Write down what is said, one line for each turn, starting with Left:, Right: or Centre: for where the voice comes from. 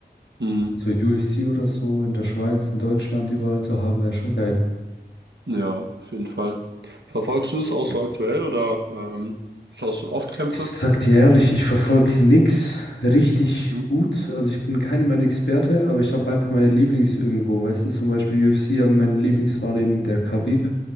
Right: Mhm.
Left: So UFC oder so in der Schweiz, in Deutschland, überall zu haben, wäre schon geil.
Right: Ja, auf jeden Fall. Verfolgst du es auch so aktuell oder ähm, schaust du oft Kämpfe?
Left: Ich sag dir ehrlich, ich verfolge nix richtig
Right: Mhm.
Left: gut. Also ich bin keinem ein Experte, aber ich habe einfach meine Lieblings irgendwo. Weißt du, zum Beispiel UFC haben meine Lieblings war eben der Khabib